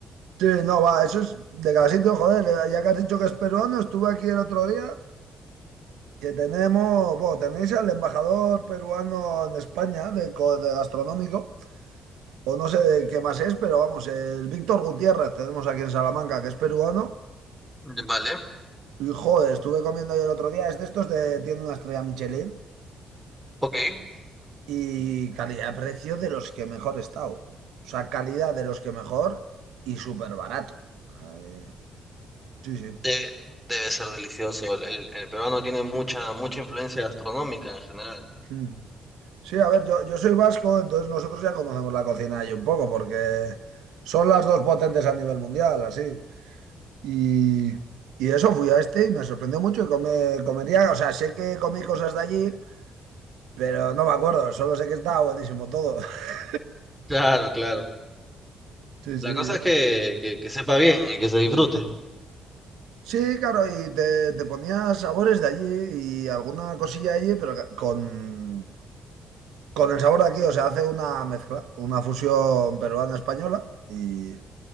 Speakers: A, on the right; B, in the centre.
A: Sí, no, va, eso es de cada sitio, joder, eh, ya que has dicho que es peruano, estuve aquí el otro día, que tenemos, bueno, tenéis al embajador peruano en España de, co- de gastronómico, o no sé de qué más es, pero vamos, el Víctor Gutiérrez tenemos aquí en Salamanca, que es peruano,
B: Vale,
A: y joder, estuve comiendo yo el otro día, es de estos de, tiene una estrella Michelin,
B: ok.
A: Y calidad-precio de los que mejor he estado. O sea, calidad de los que mejor y súper barato. Eh, sí, sí.
B: De- debe ser delicioso. El, el- el peruano tiene mucha, mucha influencia gastronómica en general.
A: Mm. Sí, a ver, yo, yo soy vasco, entonces nosotros ya conocemos la cocina ahí un poco, porque son las dos potentes a nivel mundial, así. Y, y eso fui a este y me sorprendió mucho y comí, comería, o sea, sé que comí cosas de allí, pero no me acuerdo, solo sé que estaba buenísimo todo. <laughs>
B: Claro, claro.
A: Sí, sí,
B: La cosa es que, que, que sepa bien y que se disfrute.
A: Sí, claro, y te, te ponía sabores de allí y alguna cosilla allí, pero ca- con, con el sabor de aquí, o sea, hace una mezcla, una fusión peruana-española y,